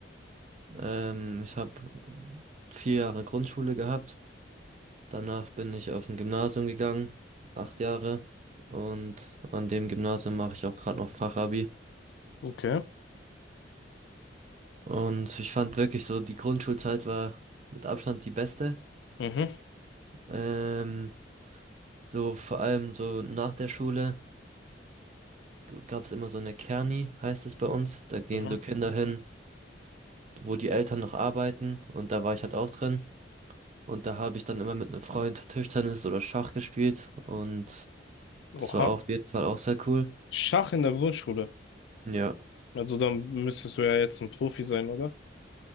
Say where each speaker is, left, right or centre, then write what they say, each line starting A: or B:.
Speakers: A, on the right; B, on the left.
A: Ähm, ich habe vier Jahre Grundschule gehabt. Danach bin ich auf ein Gymnasium gegangen, acht Jahre. Und an dem Gymnasium mache ich auch gerade noch Fachabi.
B: Okay.
A: Und ich fand wirklich so, die Grundschulzeit war mit Abstand die beste.
B: Mhm.
A: Ähm, so vor allem so nach der Schule gab es immer so eine Kerni, heißt es bei uns. Da gehen
B: Mhm.
A: so Kinder hin, wo die Eltern noch arbeiten und da war ich halt auch drin. Und da habe ich dann immer mit einem Freund Tischtennis oder Schach gespielt und das
B: Oha.
A: war auf jeden Fall auch sehr cool.
B: Schach in der Grundschule.
A: Ja,
B: Also dann müsstest du ja jetzt ein Profi sein, oder?